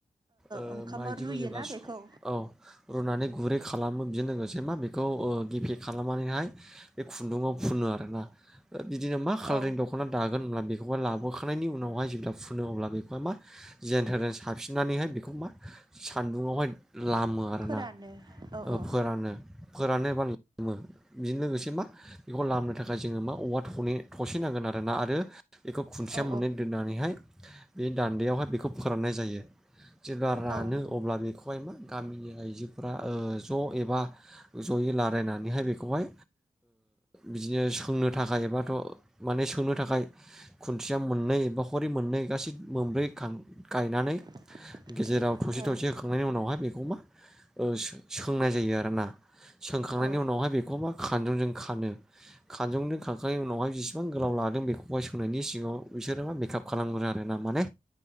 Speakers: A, in the centre; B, on the right.
A: ओ
B: ओंखामाव
A: माइदिखौ
B: रुयोना
A: जेब्ला स
B: बेखौ
A: औ रुनानै गुरै खालामो बेजों लोगोसे मा बे खौ गेफे खालामनानैहाय बे खुन्दुङाव फुनो आरोना बिदिनो मा कालारिं
B: औ
A: दख'ना दागोन होनब्ला ब बेखौहाय लाबोखांनि उनावहाय जेब्ला फुनो अब्ला बेखौहाय मा जेनथेरजों साबफिननानैहाय बेखौ मा सान्दुङावहाय लामो आरोना
B: फोरानो औ
A: ओ
B: औ
A: फोरानो। रानो एबा लामो बिजोंनो लोगोसे मा बेखौ लामनो थाखाय जोङो मा औवा थनै थसेनांगोन आरोना। आरो बेखौ खुन्थिया
B: औ
A: मोननै दोननानैहाय बे दान्दैयावहाय बेखौ फोराननाय जायो। जेब्ला रानो
B: ओ
A: अब्ला बेखौहाय मा गामिनि आइजोफोरा ज' एबा जयै रायलायनानैहाय बेखौहाय बिदिनो सोंनो थाखाय एबाथ' माने सोंनो थाखाय खुन्थिया मोननै एब बा हरै मोननै गासै मोनब्रै गायनानै
B: <unintelligible>
A: गेजेराव थसे
B: औ
A: थसे होखांनायनि उनावहाय बेखौ मा सोंनाय जायो आरोना। सोंखांनायनि
B: औ
A: उनावहाय बेखौ मा। खानजंजों खानो खानजंजों खाखांनायनि उनावहाय जेसिबां गोलाव लादों बेखौहाय सोंनायनि सिगाङाव बिसोरो मा मेकआप खालामग्रो आरो ना माने